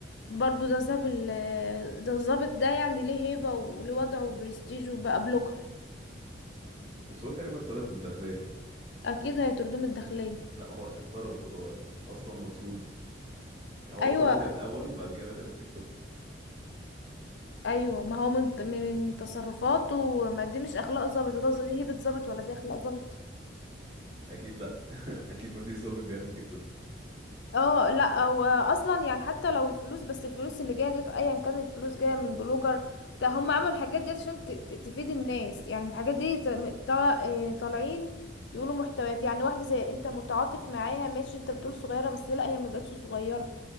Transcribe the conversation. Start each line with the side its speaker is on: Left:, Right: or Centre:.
Left: برضو ده ساب ال... ده الظابط ده يعني ليه هيبه وليه وضعه وبرستيج وبقى بلوجر
Right: بس هو تقريبا اتطرد من الداخليه
Left: اكيد هيطردوه من الداخليه
Right: لا هو اتطرد هو اصلا مطرود يعني هو
Left: ايوه
Right: اتطرد الاول بعد كده دخل التيك توك
Left: ايوه ما هو من من تصرفاته ما دي مش اخلاق ظابط ده دي هيبه ظابط ولا دي اخلاق ظابط
Right: اكيد لا <laughs> اكيد ما فيش ظابط بيعمل تيك توك
Left: اه لا هو اصلا يعني حتى لو الفلوس بس الفلوس اللي جايه ديت ايا كان الفلوس جايه من بلوجر ده هم عملوا الحاجات ديت عشان ت- ت- تفيد الناس يعني الحاجات دي ت- م- طا- آه، طالعين يقولوا محتويات يعني واحده زي انت متعاطف معاها ماشي انت بتقول صغيره بس لا هي ما بقتش صغيره